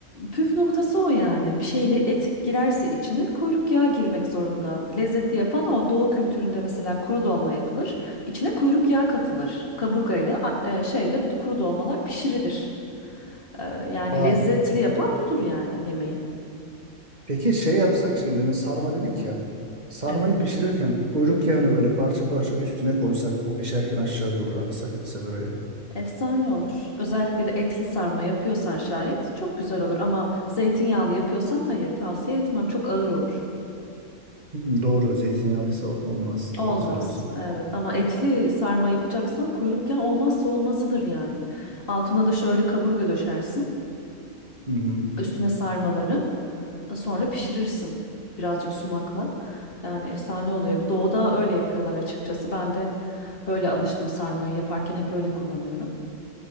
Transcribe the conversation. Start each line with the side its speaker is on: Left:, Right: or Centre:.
Left: Püf noktası o yani. Bir şeyle et girerse içine kuyruk yağı girmek zorunda. Lezzetli yapan o. Doğu kültüründe mesela kuru dolma yapılır. İçine kuyruk yağı katılır. Kaburgayla a- e, şeyde d- kuru dolmalar pişirilir. E, yani
Right: Aa,
Left: lezzetli yapan budur yani yemeği.
Right: peki şey yapsak şimdi demin sarma dedik ya. Sarmayı
Left: Evet.
Right: pişirirken kuyruk yağını böyle parça parça üstüne koysak o pişerken aşağı doğru aksa gitse böyle.
Left: Efsane olur. Özellikle de etli sarma yapıyorsan şayet çok güzel olur ama zeytinyağlı yapıyorsan hayır tavsiye etmem. Çok ağır olur.
Right: Hmm, doğru zeytinyağlıysa olmaz.
Left: Olmaz.
Right: Doğru söylüyorsun.
Left: Evet ama etli sarma yapacaksan kuyruk yağı olmazsa olmazıdır yani. Altına da şöyle kaburga döşersin.
Right: Hı hı.
Left: Üstüne sarmaları e, sonra pişirirsin birazcık sumakla. Yani efsane oluyor. Doğuda öyle yapıyorlar açıkçası. Ben de öyle alıştım sarmayı yaparken hep öyle kullanıyorum.